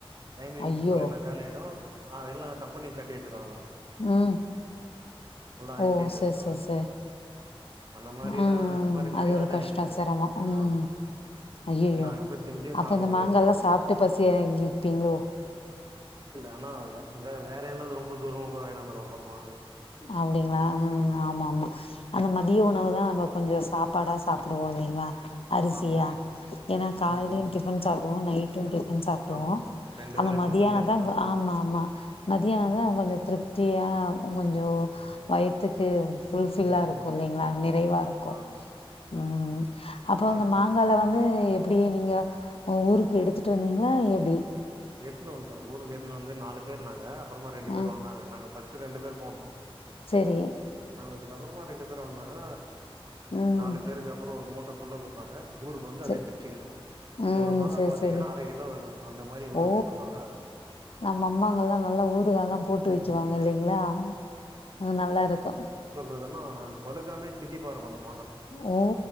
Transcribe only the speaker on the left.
ஐயோ
உம்
ஓ செர் செர் சேர்
உம்
ம்
அது
ஒரு
கஷ்டோ
சேரமோ உம்
ஐயயோ
அப்ப
இந்த
மாங்கால்லா சாப்ட்டு பசி அடங்கிப்பீங்ளோ
அப்டிங்ளா ம் ஆமா ஆமா அந்த மர மதிய உணவு தான் நம்ம கொஞ்சம் சாப்பாடா சாப்புடுவோம் இல்லிங்ளா அரிசியா
ஏன்னா காலையிலியும்
டிஃபன் சாப் போ நை ட்டுன் டேஸ்ட் பண்ணி சாப்டுவோ
அந்த
மதியான
தான்
ஆமா ஆமா மதியானம்
தான் கொஞ்சம் திருப்தியா கொஞ்சம்
வய்த்துக்கு ஃபுல் ஃபில்லா
இருக்கும்
இல்லைங்ளா நிறைவா இருக்கும்
ம் அப்பற
அந்த மாங்கால வந்து எப்புடி நீங்க ஊருக்கு எடுத்துட்டு வந்தீங்ளா எப்டி
ஆ
செரி
ம்
செ
ம்
செரி
செரி
ஓ
நம்ம அம்மாங்கல்லாம் நல்லா ஊருகால்லாம் போட்டு
வைக்குவாங்க இல்லைங்ளா அது நல்லாருக்கும்
ஓ